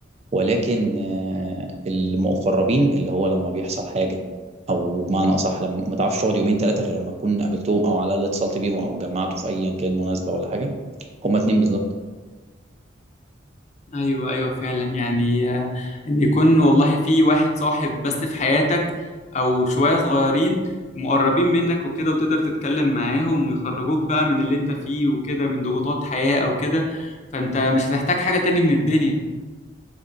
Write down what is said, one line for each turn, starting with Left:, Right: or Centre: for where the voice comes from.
Right: ولكن آه، المقربين اللي هو لما بيحصل حاجه او بمعنى اصح لما ما تعرفش تقعد يومين ثلاثه غير لما تكون قابلتهم او على الاقل اتصلت بيهم او اتجمعتوا في ايا كان مناسبه ولا حاجه هما اتنين بالظبط
Left: ايوه ايوه فعلا يعني آه، ان يكون والله في واحد صاحب بس في حياتك او شويه صغيرين مقربين منك وكده وتقدر تتكلم معاهم ويخرجوك بقى من اللي انت فيه وكده من ضغوطات حياه او كده فانت مش هتحتاج حاجه تاني من الدنيا